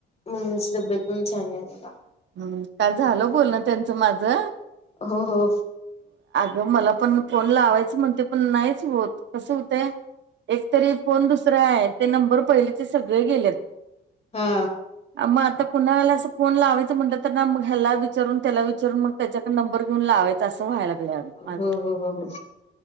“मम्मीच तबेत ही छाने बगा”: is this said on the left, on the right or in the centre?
Left